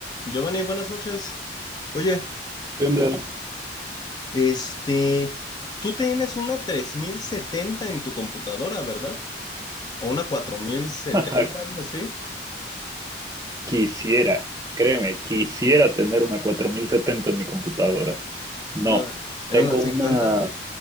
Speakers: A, on the left; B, on the right.
A: Giovanni, buenas noches. Oye,
B: ¿Qué onda?
A: este, tú tienes una 3070 en tu computadora, ¿verdad? O una 4070,
B: <laughs>
A: algo así.
B: Quisiera, créeme, quisiera tener una 4070 en mi computadora. No,
A: No, era
B: tengo
A: una 50.
B: una,